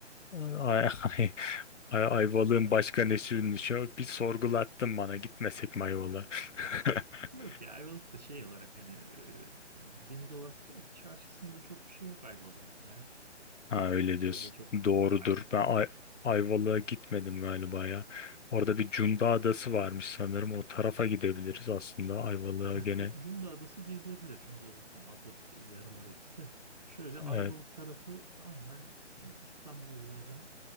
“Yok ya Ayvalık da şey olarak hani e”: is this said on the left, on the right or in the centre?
Right